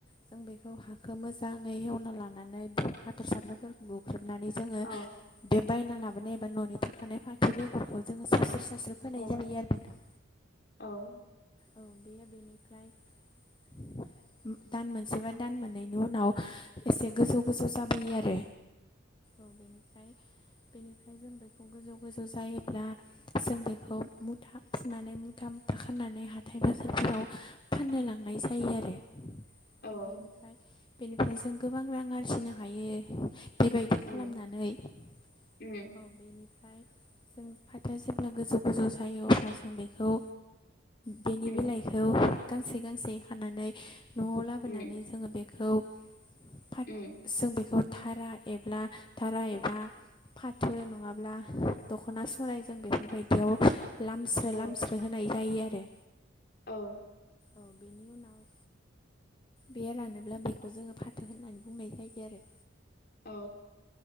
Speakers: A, on the left; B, on the left.
A: जों बेखौ हाखो मोजाङै हेवना लानानै हाथरसाब्राफोरखौ बुख्रेब नानै जोङो
B: औ
A: बे बायना लाबोनाय एबा न'नि थाखानाय फाथो बेगरखौ जो सा सेरस <unintelligible> सास्रो फोनाय
B: औ
A: जायो आरो नोंथां
B: औ
A: औ बेयो बेनिफ्राय <unintelligible> दान मोनसे बा दान मोननैनि उनाव एसे गोजौ गोजौ जाबोयो आरो औ बेनिफ्राय बेनिफ्राय जों बेखौ गोजौ गोजौ जायोब्ला जों बेखौ मुथा फुनानै मुथा <unintelligible> खानानै हाथाय बाजारफोराव फाननो लांनाय जायो आरो। बेनिफ्राय
B: औ
A: बेनिफ्राय जों गोबां रां आरजिनो हायो। बेबायदि
B: उम
A: खालामनानै औ
B: उम
A: बेनि ओमफ्राय जों फाथोया जेब्ला गोजौ गोजौ जायो अब्ला जों बेखौ बेनि
B: उम
A: बिलाइखौ गांसे गांसे खानानै न'आव लाबोनानै
B: उम
A: जोङो बे खौ फाथ
B: उम
A: जों बेखौ धारा एब्ला धारा एबा फाथो नङाब्ला दख'ना सरायजों बे बेफोरबायदियाव लामस्रो
B: औ
A: लामस्रो होनाय जायो आरो।
B: औ
A: औ बेनि उनाव बे रानोब्ला बेखौ जोङो फाथो होननानै बुंनाय जायो आरो
B: औ